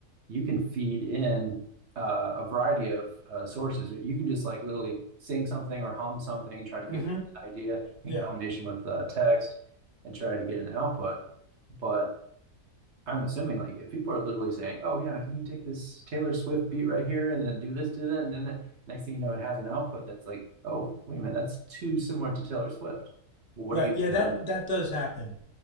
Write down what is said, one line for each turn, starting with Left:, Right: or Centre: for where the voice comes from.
Right: you can feed in uh, a variety of uh, sources. You can just like literally sing something or hum something, try to give
Left: mm-hmm,
Right: it an idea in
Left: yeah,
Right: combination with uh, text and try to get an output. But I'm assuming like if people are literally saying, "Oh yeah, can you take this Taylor Swift beat right here and then do this, do that," and then the next thing you know, it has an output that's like, "Oh, wait a minute, that's too similar to Taylor Swift." Well, what
Left: right,
Right: do you do
Left: yeah,
Right: then?
Left: that that does happen,